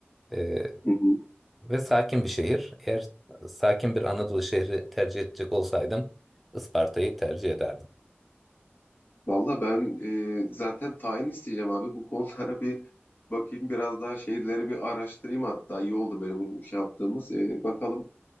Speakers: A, in the centre; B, on the left.
A: E,
B: Hı hı.
A: ve sakin bir şehir. Eğer sakin bir Anadolu şehri tercih edecek olsaydım Isparta'yı tercih ederdim.
B: Valla ben e, zaten tayin isteyeceğim abi. Bu konulara bir bakayım. Biraz daha şehirleri bir araştırayım hatta. İyi oldu böyle bunu şey yaptığımız. E, bakalım